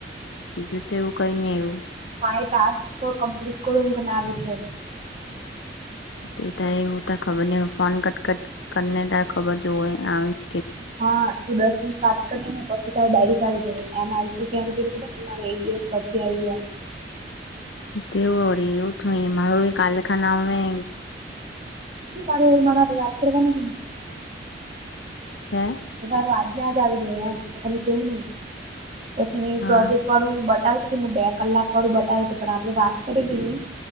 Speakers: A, on the left (about 90°); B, on the right (about 35°).
A: બીજું તો એવું કઈ નઈ આયવું
B: હા એ ટાસ્ક કમ્પ્લીટ કરો કરનાવે છે.
A: એટ એવું ત ખબર ન હો ફોન કટટ કરને ત ખબર જો આવસ
B: હા તું દસ મિનિટ વાત. કરી ને પછી ડાયરેક આવી જાય એમ આવીશ ત્યાં ખબરને મારો એક દિવસ પછી આવ્યું એમ.
A: તેવું વરી એવું થું મારું એ કાલખાના આવે
B: તારું એ મારા હાતે વાત કરવાની
A: હ્યાં
B: ર <unintelligible> આજને જ આવી જાય એમ તને કેવું નહી પછી ન્યૂ
A: હા
B: પ્રોજેક્ટ વાળું બ તાર સુધી મા બે કલાક વાડું બતાવે છે પણ આપડે વાત કરીએ કે નહી